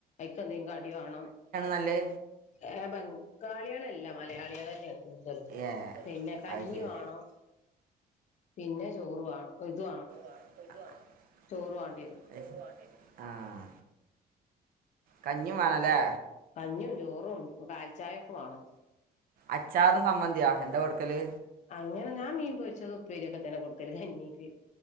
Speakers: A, on the left; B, on the right.
A: ഐക്കന്തം കടി വാണം
B: നല്ലേ
A: ഏഹ് ബംഗാളികളല്ല മലയാളിന്നേണ്
B: ഏ
A: പിന്നെ കഞ്ഞി
B: അത് ശരി
A: വാണം പിന്നെ ചോറു വാണം ഇതുവാണം
B: <unintelligible>
A: ചോറ് വാണ്ടിരും
B: അത് ആഹ് കഞ്ഞിം മാണല്ലേ
A: കഞ്ഞിം ചോറും കാൽച്ചായൊക്കെ വാണം
B: അച്ചാറും സംമ്മന്തിയോ എന്താ കൊടുക്കല്
A: അങ്ങനെ ഞാൻ മീൻപൊരിച്ചത് ഉപ്പേരിയൊക്കെ തന്നെ കൊടുക്കല് കഞ്ഞിക്ക്,